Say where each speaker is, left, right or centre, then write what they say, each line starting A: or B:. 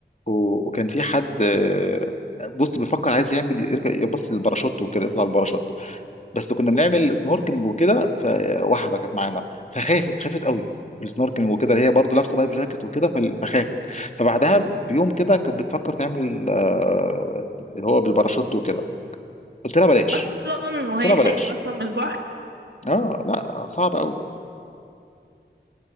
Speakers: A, on the left (about 40°); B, on the right (about 70°).
A: و- وكان في حد آه، بص بيفكر عايز يعمل يركب يبص للباراشوت وكده يطلع الباراشوت بس كنا بنعمل سنوركلينج وكده فواحده كانت معانا فخافت خافت قوي في السنوركلينج وكده هي برضو لابسه لايف جاكيت وكده فال- فخافت فبعدها بيوم كده كانت بتفكر تعمل آه، اللي هو بالباراشوت وكده قلت لها بلاش
B: اصلا وهي
A: قلت لها
B: خايفه
A: بلاش
B: اصلا من البحر
A: اه لا صعب قوي